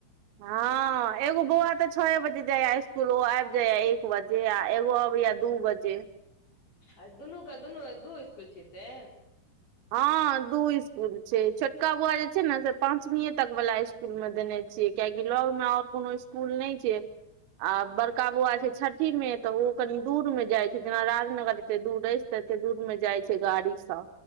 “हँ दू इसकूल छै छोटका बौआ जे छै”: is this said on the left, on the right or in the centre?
Right